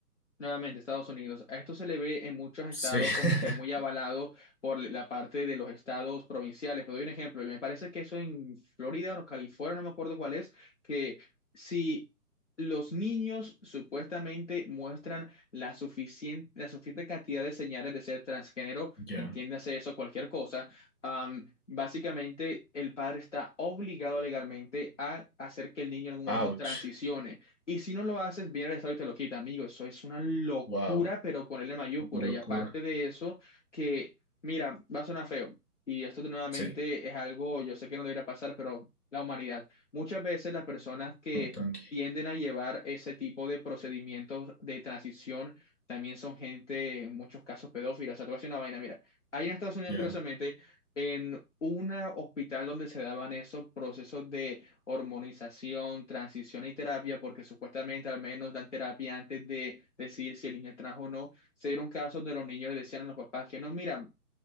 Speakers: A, on the left; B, on the left.
A: Nuevamente, Estados Unidos. A esto se le ve en muchos estados
B: sí. <laughs>
A: como que muy avalado por la parte de los estados provinciales. Pero doy un ejemplo. y Me parece que eso en Florida o California, no me acuerdo cuál es, que si los niños supuestamente muestran la suficiente, la suficiente cantidad de señales de ser transgénero,
B: Ya.
A: entiéndase eso, cualquier cosa, am, básicamente el padre está obligado legalmente a hacer que el niño en algún momento
B: Ouch.
A: transicione. Y si no lo haces, viene el Estado y te lo quita, amigo. Eso es una locura,
B: Wow,
A: pero con L mayúscula.
B: una locura.
A: Y aparte de eso, que, mira, va a sonar feo. Y esto de nuevamente
B: Sí,
A: es algo, yo sé que no debería pasar, pero la humanidad. Muchas veces las personas que
B: no, tranqui.
A: tienden a llevar ese tipo de procedimientos de transición también son gente, en muchos casos, pedófilas. O sea, te voy a decir una vaina, mira. Ahí en Estados Unidos,
B: Ya,
A: curiosamente, en un hospital donde se daban esos procesos de hormonización, transición y terapia, porque supuestamente al menos dan terapia antes de decidir si el niño es trans o no. Se dieron casos de los niños le decían a los papás que no, mira,